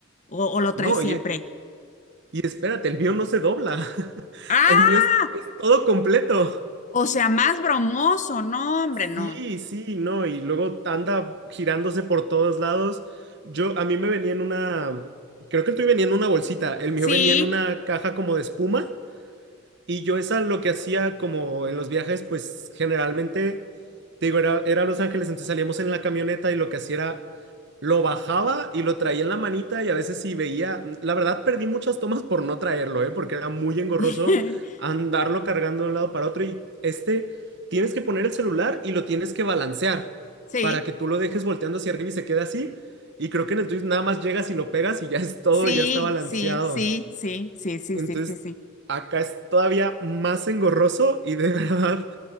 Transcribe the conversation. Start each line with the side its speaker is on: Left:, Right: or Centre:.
Left: o, o lo
Right: No,
Left: traes siempre.
Right: y, y espérate, el mío no se dobla, <laughs>
Left: ¡Ah!
Right: el mío es, es todo completo.
Left: O sea, más bromoso, no, hombre, no.
Right: Sí, sí, no, y luego anda girándose por todos lados. Yo, a mí me venía en una, creo que el tuyo venía en una bolsita, el mío
Left: Sí,
Right: venía en una caja como de espuma y yo esa lo que hacía como en los viajes, pues generalmente, te digo, era, era Los Ángeles, entonces salíamos en la camioneta y lo que hacía era, lo bajaba y lo traía en la manita y a veces si veía, la verdad perdí muchas tomas por no traerlo, ¿eh? Porque era muy engorroso
Left: <laughs>
Right: andarlo cargando de un lado para otro y este, tienes que poner el celular y lo tienes que balancear
Left: sí,
Right: para que tú lo dejes volteando hacia arriba y se quede así. Y creo que en el tuyo nada más llegas y lo pegas y ya es todo,
Left: sí,
Right: ya está balanceado.
Left: sí, sí, sí, sí, sí,
Right: Entonces,
Left: sí, sí, sí.
Right: acá es todavía más engorroso y de <laughs> verdad,